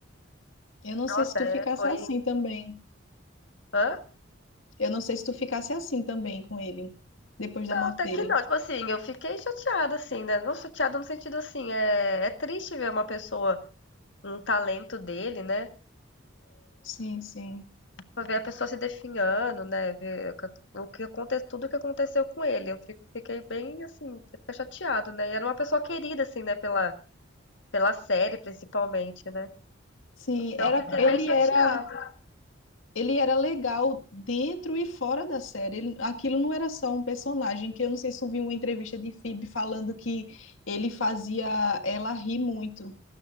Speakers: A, on the left; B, on the left.
A: Eu não
B: Nossa,
A: sei se tu
B: é,
A: ficasse
B: foi.
A: assim também.
B: Hã?
A: Eu não sei se tu ficasse assim também com ele, depois da
B: Não,
A: morte
B: até
A: dele.
B: que não. Tipo assim, eu fiquei chateada, assim, né? Não chateada no sentido assim, é, é triste ver uma pessoa com um talento dele, né?
A: Sim, sim.
B: Pra ver a pessoa se definhando, né? Ver o que- o que aconteceu, tudo o que aconteceu com ele. Eu fico, fiquei bem assim, você fica chateado, né? E era uma pessoa querida, assim, né, pela, pela série, principalmente, né?
A: Sim,
B: Então
A: era,
B: eu fiquei
A: ele
B: bem chateada.
A: era, ele era legal dentro e fora da série. Ele- aquilo não era só um personagem, que eu não sei se tu viu uma entrevista de Phoebe falando que ele fazia ela rir muito.